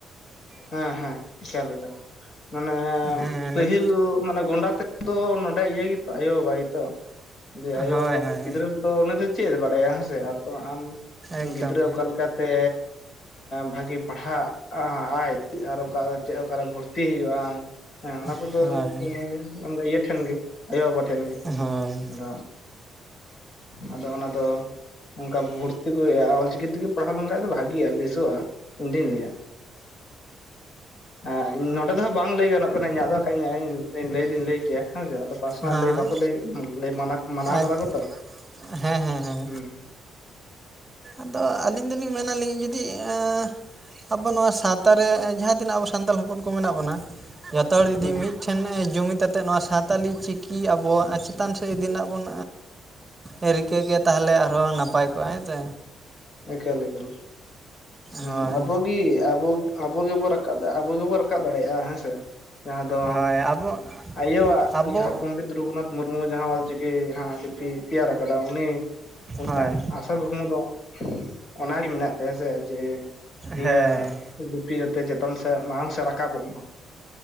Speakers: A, on the left; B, on the right.
A: ᱦᱮᱸ ᱦᱮᱸ ᱮᱠᱟᱞ ᱮᱠᱟᱞ, ᱢᱟᱱᱮ
B: ᱦᱮᱸ
A: ᱯᱟᱹᱦᱤᱞ
B: ᱱᱤᱛ
A: ᱢᱟᱱᱮ ᱜᱚᱸᱰᱟᱨᱛᱮ ᱫᱚ ᱱᱚᱰᱮ ᱤᱭᱟᱹ ᱜᱮᱛᱚ ᱟᱭᱳ ᱵᱟᱵᱟ ᱜᱮᱛᱚ, ᱡᱮ ᱟᱭᱳᱵᱟᱵᱟ
B: ᱦᱳᱭ ᱦᱳᱭ
A: ᱜᱤᱫᱽᱨᱟᱹ ᱟᱫᱚ ᱩᱱᱤ ᱫᱚ ᱪᱮᱫ ᱮ ᱵᱟᱲᱟᱭᱟ ᱦᱮᱸᱥᱮ, ᱟᱫᱚ ᱟᱢ
B: ᱮᱠᱫᱚᱢ
A: ᱜᱤᱫᱽᱨᱟᱹ ᱚᱠᱟᱞᱮᱠᱟ ᱥᱮ ᱵᱷᱟᱹᱜᱮ ᱯᱟᱲᱦᱟᱜ ᱟᱭ ᱟᱨ ᱚᱠᱟ ᱪᱮᱫ ᱚᱠᱟᱨᱮ ᱵᱷᱚᱨᱛᱤ ᱦᱳᱭᱩᱜᱼᱟ? ᱦᱮᱸ ᱚᱱᱟ ᱠᱚᱫᱚ
B: ᱦᱳᱭ
A: ᱚᱱᱮ ᱤᱭᱟᱹ ᱴᱷᱮᱱ ᱜᱮ᱾ ᱟᱭᱳᱼᱵᱟᱵᱟ ᱴᱷᱮᱱ ᱜᱮ,
B: ᱦᱳᱭ
A: ᱟᱫᱚ ᱟᱫᱚ ᱚᱱᱟ ᱫᱚ ᱚᱱᱠᱟ ᱵᱷᱚᱨᱛᱤ ᱠᱚᱼᱟ, ᱚᱞᱪᱤᱠᱤ ᱛᱮᱜᱮ ᱯᱟᱲᱦᱟᱣ ᱞᱮᱱᱠᱟᱱ ᱫᱚ ᱵᱷᱟᱜᱤᱜᱼᱟ ᱵᱮᱥᱚᱜᱼᱟ᱾ ᱤᱧ ᱫᱩᱧ ᱞᱟᱹᱭᱟ? ᱟᱨ ᱱᱚᱸᱰᱮ ᱫᱚᱦᱟᱜ ᱵᱟᱝ ᱞᱟᱹᱭ ᱜᱟᱱᱚᱜ ᱠᱟᱱᱟ ᱤᱧᱟᱹᱜ ᱫᱚᱼᱼ ᱵᱟᱠᱷᱟᱡ ᱤᱧ ᱞᱟᱹᱭ ᱫᱩᱧ ᱞᱟᱹᱭ ᱠᱮᱭᱟ ᱦᱮᱸ ᱪᱮ ᱟᱫᱚ ᱯᱟᱨᱥᱳᱱᱟᱞ
B: ᱦᱮᱸ
A: ᱞᱟᱹᱭ ᱵᱟᱠᱚ ᱞᱟᱹᱭ ᱞᱟ. ᱭ ᱢᱟᱱᱟ ᱢᱟᱱᱟᱣ
B: ᱟᱪ
A: ᱠᱟᱫᱟ ᱠᱚ ᱛᱚ?
B: ᱦᱮᱸ ᱦᱮᱸ ᱦᱮᱸ
A: ᱦᱩᱸ ᱦᱩᱸ
B: ᱟᱫᱚ ᱟᱹᱞᱤᱧ ᱫᱚᱞᱤᱧ ᱢᱮᱱᱟᱞᱤᱧ ᱡᱩᱫᱤ ᱮᱸ ᱟᱵᱚ ᱱᱚᱣᱟ ᱥᱟᱶᱛᱟ ᱨᱮ, ᱡᱟᱦᱟᱸ ᱛᱤᱱᱟᱹᱜ ᱟᱵᱚ ᱥᱟᱱᱛᱟᱲ ᱦᱚᱯᱚᱱ ᱠᱚ ᱢᱮᱱᱟᱜ ᱵᱚᱱᱟ, ᱡᱚᱛᱚ ᱦᱚᱲ ᱡᱩᱫᱤ
A: ᱦᱩᱸ
B: ᱢᱤᱫ ᱴᱷᱮᱱ ᱡᱩᱢᱤᱫ ᱟᱛᱮᱫ ᱱᱚᱣᱟ ᱥᱟᱶᱛᱟᱞᱤ ᱪᱤᱠᱤ ᱟᱵᱚ ᱪᱮᱛᱟᱱ ᱥᱮᱫ ᱤᱫᱤ ᱨᱮᱱᱟᱜ ᱵᱚᱱ ᱮᱸᱻ ᱨᱤᱠᱟᱹᱜ ᱠᱮᱭᱟ ᱛᱟᱦᱚᱞᱮ ᱟᱨᱦᱚᱸ, ᱱᱟᱯᱟᱭ ᱠᱚᱜᱼᱟ ᱦᱮᱸ ᱥᱮ
A: ᱮᱠᱟᱞ ᱮᱠᱟᱞ ᱦᱮ
B: ᱦᱳᱭ
A: ᱟᱵᱚᱜᱮ, ᱟᱵᱚ ᱟᱵᱚᱜ ᱜᱮᱵᱚ ᱨᱟᱵ <unintelligible> ᱟᱵᱚ ᱜᱮᱵᱚ ᱨᱟᱠᱟᱵ ᱫᱟᱲᱮᱭᱟᱜᱼᱟ᱾ ᱦᱮᱸ ᱥᱮ ᱡᱟᱦᱟᱸ ᱫᱚ
B: ᱦᱳᱭ ᱟᱵᱚ
A: ᱟᱭᱳᱣᱟ
B: ᱟᱵᱚ
A: -ᱜ ᱡᱟᱦᱟᱸ ᱯᱚᱱᱰᱤᱛ ᱨᱚᱜᱷᱩᱱᱟᱛᱷ ᱢᱩᱨᱢᱩ ᱡᱟᱦᱟᱸ ᱚᱞᱪᱤᱠᱤ ᱦᱟᱸ ᱞᱤᱯᱤ ᱛᱮᱭᱟᱨ ᱟᱠᱟᱫᱟ ᱩᱱᱤ ᱩᱱᱤᱤᱭᱟᱜᱻᱻ
B: ᱦᱳᱭ
A: ᱠᱩᱠᱢᱩ ᱫᱚ ᱚᱱᱟᱜᱮ ᱢᱮᱱᱟᱜ ᱛᱟᱭᱟ ᱥᱮ ᱡᱮ ᱱᱤᱭᱟᱹᱻᱻ
B: ᱦᱮᱸ
A: ᱪᱤ ᱡᱟᱛᱮ ᱪᱮᱛᱟᱱ ᱥᱮᱫ ᱢᱟᱲᱟᱝ ᱥᱮᱫ ᱨᱟᱠᱟᱵᱚᱜ ᱢᱟ